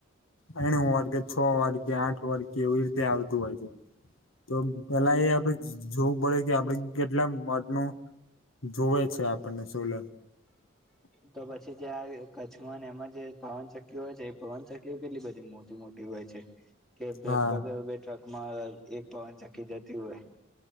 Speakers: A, on the left (about 80°); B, in the centre.
A: પડે આણું <unintelligible> વોલ્ટ કે છ વોલ્ટ કે આઠ વોલ્ટ કે એવી રીતે આવતું હોય છે. તો પેલા એ <inaudible> જોવું પડે કે આપડે કેટલા વોલ્ટનું <unintelligible> જોવે છે. આપણને સોલર <inaudible>
B: તો પછી જે આ કચ્છમાં ને એમાં જે પવનચકકીઓ હોય છે એ પવનચક્કીઓ કેટલી બધી મોટી-મોટી હોય. છે કે લગભગ
A: હા
B: એ ટ્રકમાં એક ચક્કી જતી હોય.